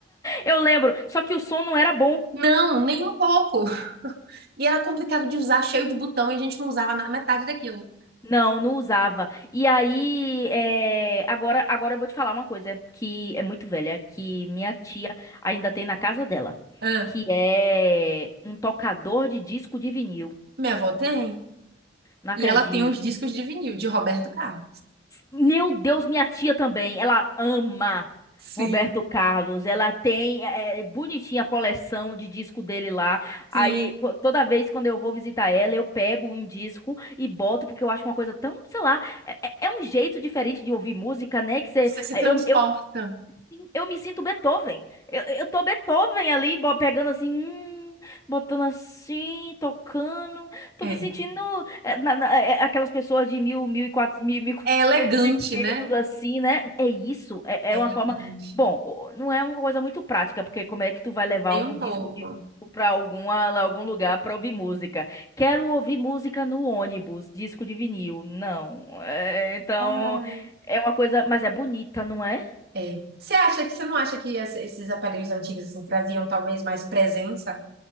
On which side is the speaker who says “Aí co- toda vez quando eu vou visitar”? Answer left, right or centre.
Left